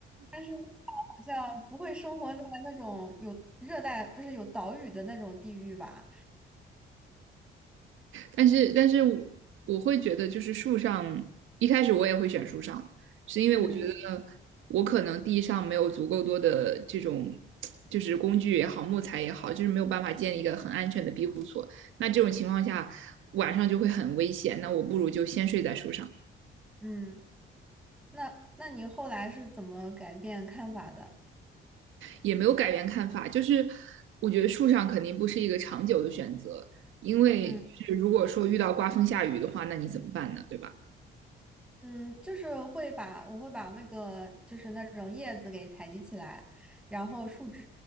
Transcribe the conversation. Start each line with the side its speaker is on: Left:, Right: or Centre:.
Centre: 但是。好像不会生活在那种有热带，不是有岛屿的那种地域吧？
Right: 但是但是我我会觉得，就是树上一开始我也会选树上，是因为我觉得我可能地上没有足够多的这种
Centre: 嗯
Right: 就是工具也好，木材也好，就是没有办法建一个很安全的庇护所。那这种情况下，晚上就会很危险。那我不如就先睡在树上。
Centre: 嗯，那那你后来是怎么改变看法的？
Right: 也没有改变看法，就是我觉得树上肯定不是一个长久的选择，因为是如果说遇到刮风下雨的话，
Centre: 嗯
Right: 那你怎么办呢？对吧？
Centre: 嗯，就是会把我会把那个就是那种叶子给采集起来，然后树枝，